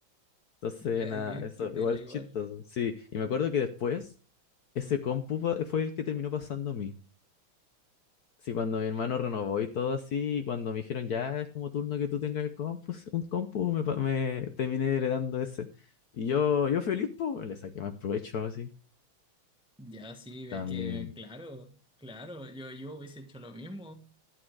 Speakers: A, on the left; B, in the centre.
A: Entonces,
B: Ya,
A: nada,
B: que,
A: eso,
B: que te
A: igual
B: da igual.
A: chistoso. Sí, y me acuerdo que después ese compu pa- fue el que terminó pasando a mí. Sí, cuando mi hermano renovó y todo así, y cuando me dijeron, ya es como turno que tú tengas el compu, sí, un compu, me, pa- me terminé heredando ese. Y yo, yo feliz, pues, le saqué más provecho así.
B: Ya sí, ves
A: También.
B: que, claro, claro, yo, yo hubiese hecho lo mismo.